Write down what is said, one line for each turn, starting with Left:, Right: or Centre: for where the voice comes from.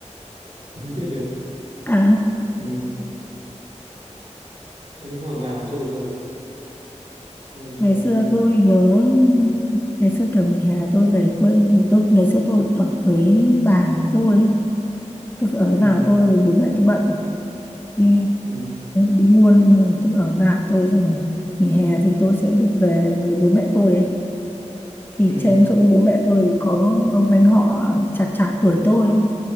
Right: không biết được
Left: à
Right: ừ. Thế hồi bà còn chơi trò gì nữa không? Chơi
Left: ngày
Right: chơi
Left: xưa tôi nhớ ngày xưa kiểu nghỉ hè tôi về quê thì tôi ngày xưa tôi ở với bà tôi tôi phải ở với
Right: ừ
Left: bà tôi bố mẹ tôi bận đi
Right: ừ
Left: đi buôn nên là tôi ở với bà tôi xong rồi nghỉ hè thì tôi sẽ được về với bố mẹ tôi ấy. thì
Right: ừ
Left: trên chỗ bố mẹ tôi có ông anh họ chạc chạc tuổi tôi